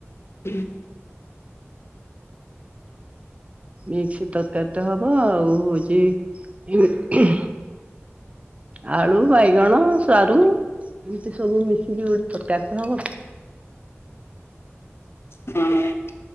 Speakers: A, on the left; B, on the right.
A: ହୁଁ <unintelligible>
B: ମିକ୍ସ ତରକାରୀ ଟେ ହବ। ଆଉ ହଉଛି ଆଳୁ, ବାଇଗଣ, ସାରୁ। ଏମିତି ସବୁ ମିଶିକି ଗୋଟେ ତରକାରୀ ଟେ ହବ।
A: ହଁ।